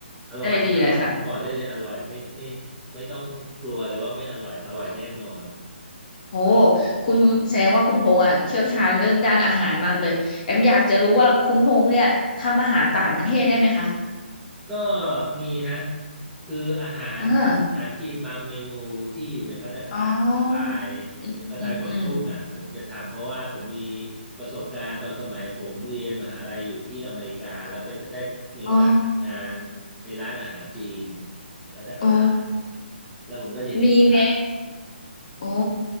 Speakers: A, in the centre; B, on the left.
A: อร่อยอร่อยผมบอกได้เลยอร่อยไม่ไม่ไม่ต้องกลัวเลยว่าไม่อร่อยอร่อยแน่นอน
B: ได้ดีเลยค่ะ โอ้ คุณแสดงว่าคุณพงษ์อ่ะเชี่ยวชาญเรื่องด้านอาหารมากเลยแอมอยากจะรู้ว่าคุณพงษ์เนี่ยทำอาหารต่างประเทศได้ไหมคะ
A: ก็มีนะคืออาหารอาหารจีนบางเมนูที่อยู่ในภัตตาคารสไตล์
B: อ่าอ๋ออืมอืมอืม
A: สไตล์กวางตุ้งอ่ะผมจะทำเพราะว่าผมมีประสบการณ์ตอนสมัยผมเรียนมหาลัยอยู่ที่อเมริกาแล้วไปได้มีโอกาสทำงาน
B: อ๋อ
A: ในร้านอาหารจีนในภัตตาคาร
B: โอ้
A: แล้วผมก็จะเห็นเขาท
B: มีเมนโอ้